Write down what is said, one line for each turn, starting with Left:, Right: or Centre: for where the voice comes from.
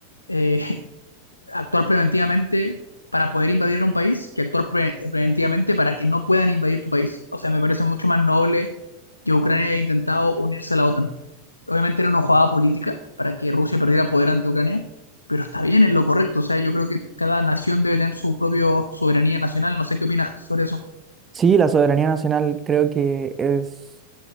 Left: eh, <laughs> actuar preventivamente para poder invadir un país que actuar pre- eh, preventivamente para que no puedan invadir tu país. O sea, me parece mucho más noble que Ucrania haya intentado unirse a la OTAN. Obviamente era una jugada política para que Rusia perdiera poder ante Ucrania, pero está bien, es lo correcto. O sea, yo creo que cada nación debe tener su propia soberanía nacional. No sé qué opinas sobre eso.
Right: Sí, la soberanía nacional creo que es